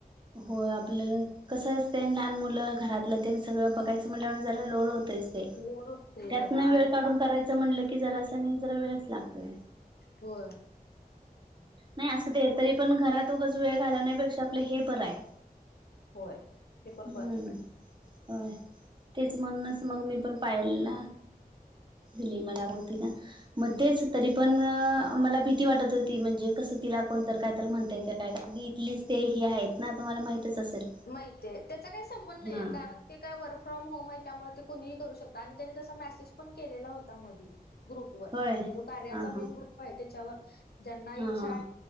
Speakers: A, on the right; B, on the left.
A: हो आपलं कसं असतं लहान मुलं घरातलं तेनी सगळं बघायचं म्हणल्या जरा लोड होतच ते
B: लोड होतंय
A: त्यातन
B: जरा आणि
A: वेळ काढून करायच म्हटलं की जरा अस म जरा वेळच लागतोय
B: हो
A: नाही असं ते तरी पण घरात उगंच वेळ घालवण्यापेक्षा आपलं हे बरं आहे
B: होय ते पण
A: हम्म
B: बरोबर आहे.
A: होय तेच म्हणूनच मग मी पण पाहिला ना दिली मला मग ति ना मग तेच तरी पण मला भीती वाटत ती म्हणजे कसं तिला कोणत काय तर म्हणताय काय कारण की इथलीच ते ही आहेत ना तुम्हाला माहितच असेल
B: माहिितय त्याचा काही संबंध नाहीय
A: हा.
B: कारण ते काय वर्क फ्रॉम होम आहे त्यामुळे ते कुणीही करू शकता आणि त्यानी तसा मेसेज पण केलेला होता मध ग्रुप वर
A: होय
B: म्हणजे जो कार्याचा
A: हा हा
B: मेन ग्रुप आहे त्याच्यावर ज्यांना
A: हा
B: इच्छा
A: हा